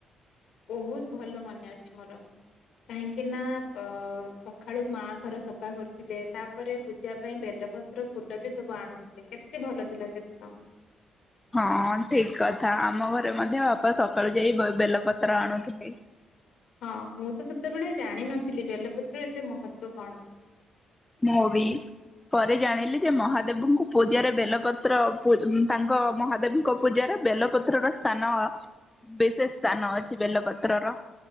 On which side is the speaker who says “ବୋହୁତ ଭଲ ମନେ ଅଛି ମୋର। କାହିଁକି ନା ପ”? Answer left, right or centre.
Left